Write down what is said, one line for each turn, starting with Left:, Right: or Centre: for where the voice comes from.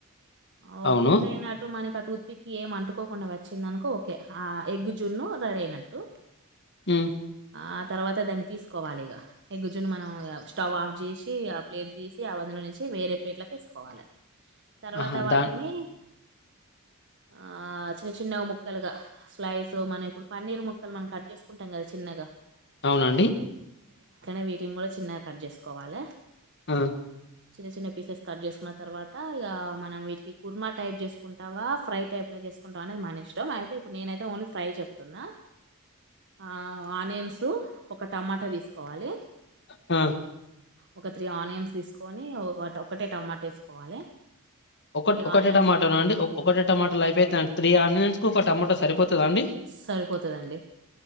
Right: ఓ
Left: అవును
Right: కుక్కయినట్టు మనకు టూత్ పిక్ ఏం అంటుకోకుండా వచ్చిందనుకో ఓకే ఆ ఎగ్ జున్ను రెడీ అయినట్టు
Left: ఉ
Right: ఆ తర్వాత దాన్ని తీసుకోవాలి ఎగ్గు జున్ను మనం స్టవ్ ఆఫ్ చేసి ఆ ప్లేట్ తీసి ఆ వందులో నుంచి వేరే ప్లేట్లోకి వేసుకోవాలి తర్వాత
Left: ఆహా!
Right: ఉన్న వాటిలోని
Left: దాన్
Right: ఆ చిన్న చిన్నగా ముక్కలుగా స్లైస్ మనం పన్నీర్ ముక్కలు మనం కట్ చేసుకుంటాం కదా చిన్నగా
Left: అవునండి.
Right: అవీటిని కూడా చిన్నగా కట్ చేసుకోవాలి.
Left: ఆ
Right: చిన్న చిన్న పీసెస్ కట్ చేసుకున్న తర్వాత ఈగ మనం వీటికి కుర్మా టైప్ చేసుకుంటావా ఫ్రై టైప్ల చేసుకుంటావా అనేది మన ఇష్టం అయితే ఇప్పుడు నేనైతే ఓన్లీ ఫ్రై చెప్తున్నా ఆ ఆనియన్ న్స్ ఒక టమాటా తీసుకో కోవాలి
Left: ఆ
Right: ఒక త్రీ ఆనియన్స్ తీసుకొని ఒక ఒకటే టమాట వేసుకోవాలి.
Left: ఒకట్
Right: అవి
Left: ఒకటే
Right: ఆనియన్స్
Left: టమాటో అండి ఒకటే టమాటో అయిపోయితండి త్రీ ఆనియన్స్ ఒక్క టమోట సరిపోతు పోతద అండి.
Right: సరిపోతుందండి